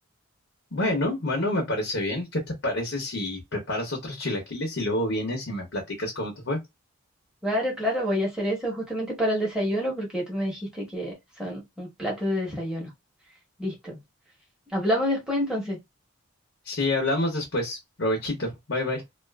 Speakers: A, on the left; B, in the centre.
A: Bueno, bueno, me parece bien. ¿Qué te parece si preparas otros chilaquiles y luego vienes y me platicas cómo te fue?
B: Claro, claro, voy a hacer eso justamente para el desayuno porque tú me dijiste que son un plato de desayuno. Listo. Hablamos después entonces.
A: Sí, hablamos después. Provechito. Bye bye.